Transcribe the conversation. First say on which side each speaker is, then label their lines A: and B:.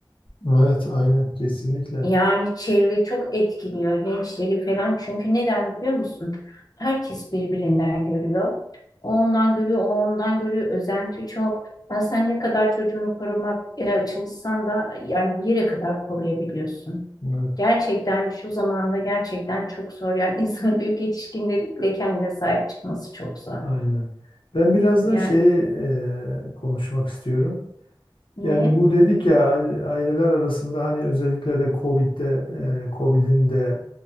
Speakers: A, on the left; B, on the left.
A: Evet, aynen, kesinlikle.
B: Yani çevre çok etkiliyor gençleri falan. Çünkü neden biliyor musun? Herkes birbirinden görüyor. O ondan görüyor, o ondan görüyor. Özenti çok. Ben sen ne kadar çocuğunu korumak e, çalışsan da yani bir yere kadar koruyabiliyorsun.
A: Evet,
B: Gerçekten şu zamanda gerçekten çok zor. Yani <laughs> insanın büyük yetişkinlerin bile kendine sahip çıkması çok zor.
A: aynen. Ben biraz
B: Yani
A: da şeyi e, konuşmak istiyorum.
B: niye?
A: Yani bu dedik ya aile- aileler arasında hani özellikle de Covid'de, e, Covid'in de